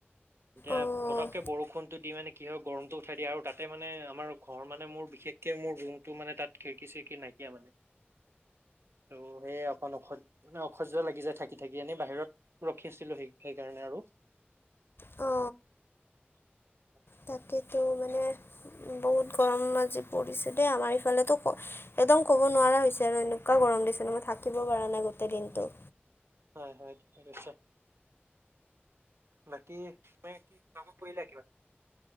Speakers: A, on the right; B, on the left.
A: এতিয়া
B: অ',
A: পতককে বৰষুণটো দি মানে কি হয় গৰমটো উঠাই দিয়ে আৰু তাতে মানে আমাৰ ঘৰ মানে মোৰ বিশেষকে মোৰ ৰুমটো মানে তাত খিৰিকী চিৰিকি নাইকিয়া মানে ত' সেই অকন অসহ মানে অসহ্য লাগি যায় থাক থাকি থাকি এনে বাহিৰত ৰখিছিলোহি সেইকাৰণে আৰু
B: অ
A: <unintelligible>
B: তাকেতো মানে বহুত গৰম আজি পৰিছে দেই আমাৰ ইফালেতো ক একদম ক'ব নোৱাৰা হৈছে আৰু এনেকুৱা গৰম দিছে মই থাকিব পৰা নাই গোটেই দিনটো
A: হয়, হয়, ঠিকে কৈছে। বাকী তুমি খোৱা বোৱা কৰিলা কিবা?